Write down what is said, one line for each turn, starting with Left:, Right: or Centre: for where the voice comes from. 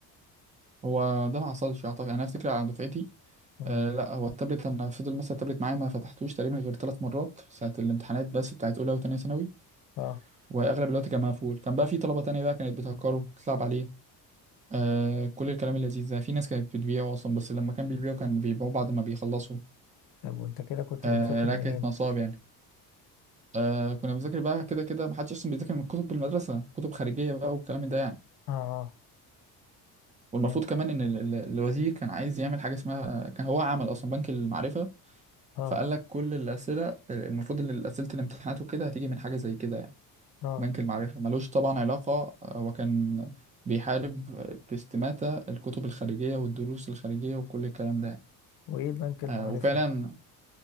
Right: هو ده ما حصلش اعتقد يعني انا افتكر على دفعتي
Left: مم.
Right: آه لا هو التابلت انا فضل مثلا التابلت معايا ما فتحتوش تقريبا غير ثلاث مرات ساعه الامتحانات بس بتاعت اولى وثانيه ثانوي
Left: اه
Right: واغلب الوقت كان مقفول كان بقى في طلبه تانية بقى كانت بتهكره تلعب عليه آه كل الكلام اللذيذ ده في ناس كانت بتبيعه أصلا بس لما كان بيبيعه كان بيبيعوه بعد ما بيخلصوا
Left: طب وأنت كده كنت
Right: آه
Left: بتذاكر
Right: لا
Left: منين؟
Right: كانت نصاب يعني آه كنا بنذاكر بقى كده كده محدش أصلا بيذاكر من كتب المدرسة كتب خارجية بقى والكلام ده يعني
Left: اه اه
Right: والمفروض
Left: فهمت
Right: كمان إن ال- ال- الوزير كان عايز يعمل حاجة اسمها كان هو عمل أصلا بنك المعرفة
Left: اه
Right: فقال لك كل الأسئلة المفروض إن أسئلة الامتحانات وكده هتيجي من حاجة زي كده يعني
Left: اه
Right: بنك المعرفة ملوش طبعا علاقة آه، هو كان بيحارب باستماتة الكتب الخارجية والدروس الخارجية وكل الكلام ده يعني.
Left: وإيه بنك المعرفة؟
Right: آه وفعلا